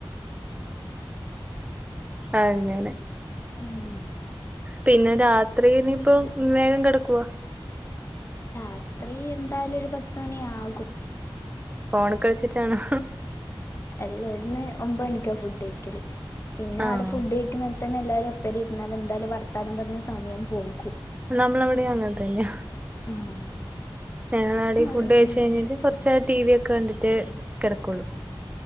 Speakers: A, on the right; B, on the left.
A: അങ്ങനെ
B: ഉം
A: പിന്നെ രാത്രിനി ഇപ്പം വേഗം കെടക്കോ
B: രാത്രി എന്തായാലും ഒരു പത്തുമണിയാകും.
A: ഫോണ് കളിച്ചിട്ടാണോ?
B: എല്ല ഇട്ന്ന് ഒമ്പണിക്കാ ഫുഡയി ക്കല്. പിന്നെ
A: ആഹ്
B: ആള് ഫുഡയിക്ക്ണ ഇപ്പത്തന്നെ എല്ലരും ഒപ്പരി ഇര് ന്നാലും എന്താലും വർത്താനം പർഞ്ഞ് സമയം പോകും.
A: നമ്മളെവിടെയും അങ്ങനെത്തന്നെയ
B: ആഹ്
A: ഞങ്ങള ആടേം
B: ഞാൻ
A: ഈ ഫുഡ്
B: ഓരോന്ന്
A: കഴിച്ച്
B: പറഞ്ഞേരാ
A: കഴിഞ്ഞിട്ട് കൊർച്ചേരം ടി വി ഒക്കെ കണ്ടിട്ടെ കെടക്കോള്ളു.